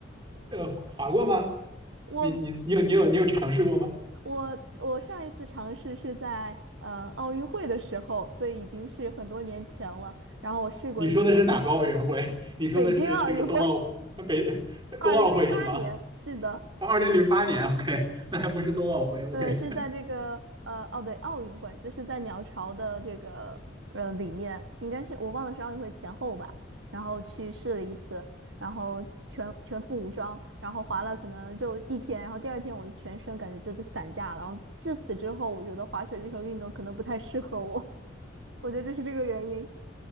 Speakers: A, on the right; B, on the right.
A: 呃，滑滑过吗？
B: 我
A: 你你你有你有你有尝试过吗？
B: 我我上一次尝试是在呃奥运会的时候，所以已经是很多年前了。然后我试过一次
A: 你说的是哪个奥运会？<laughs> 你说的是这个冬奥北
B: 北京奥运会，
A: <laughs>
B: 二零零八年，
A: 冬奥会是吗？
B: 是的。
A: 二零零八年，OK，那还不是冬奥会，OK，
B: 对，是在这个呃，哦对，奥运会就是在鸟巢的这个呃里面，应该是我忘了是奥运会前后吧，然后去试了一次，然后全全副武装，然后滑了可能就一天，然后第二天我的全身感觉就在散架了，然后至此之后，我觉得滑雪这项运动可能不太适合我，<laughs> 我觉得这是这个原因，